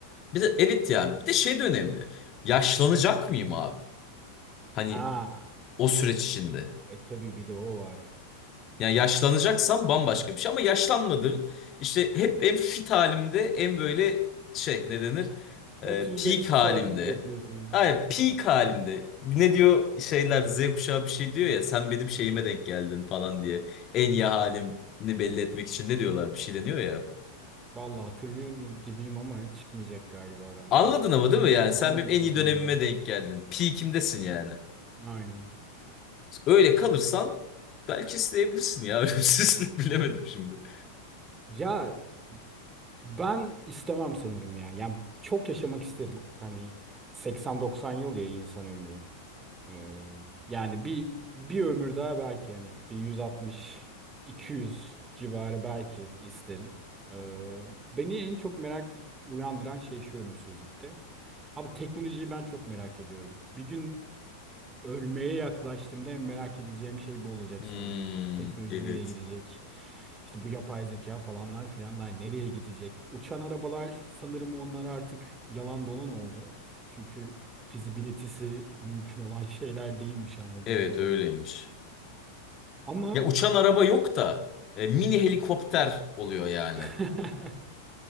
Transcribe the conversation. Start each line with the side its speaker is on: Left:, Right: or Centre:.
Left: Bir de evet yani bir de şey de önemli. Yaşlanacak mıyım abi? Hani
Right: Ha,
Left: o süreç içinde.
Right: e tabii bir de o var.
Left: Yani yaşlanacaksam bambaşka bir şey ama yaşlanmadığım işte hep en fit halimde en böyle şey ne denir Ee,
Right: 35'te
Left: peak halimde.
Right: sabit bırakıyorsun.
Left: Ay peak halimde. Ne diyor şeyler Z kuşağı bir şey diyor ya sen benim şeyime denk geldin falan diye. En iyi halimini belli etmek için ne diyorlar bir şey deniyor ya.
Right: Vallahi hatırlıyorum gibiyim ama çıkmayacak galiba benden
Left: Anladın
Right: o.
Left: ama değil mi yani sen
Right: Anladım
Left: benim en iyi dönemime
Right: anladım.
Left: denk geldin. Peak'imdesin yani.
Right: Aynen.
Left: Öyle kalırsan belki isteyebilirsin ya. <laughs> Ölümsüzlük bilemedim şimdi.
Right: Ya ben istemem sanırım ya. Yani çok yaşamak isterim. Hani 80-90 yıl ya insan ömrü. Ee, yani bir bir ömür daha belki hani bir 160 200 civarı belki isterim. Ee, beni en çok merak uyandıran şey şu ölümsüzlükte. Abi teknolojiyi ben çok merak ediyorum. Bir gün ölmeye yaklaştığımda en merak edeceğim şey bu olacak
Left: Hmm,
Right: sanırım. Teknoloji
Left: evet.
Right: nereye gidecek? İşte bu yapay zeka falanlar filanlar nereye gidecek? Uçan arabalar sanırım onlar artık yalan dolan oldu. Çünkü fizibilitesi mümkün olan <laughs> şeyler değilmiş anladığım
Left: Evet
Right: kadarıyla.
Left: öyleymiş.
Right: Ama
Left: Ya uçan araba yok da e, mini helikopter oluyor yani.
Right: <laughs>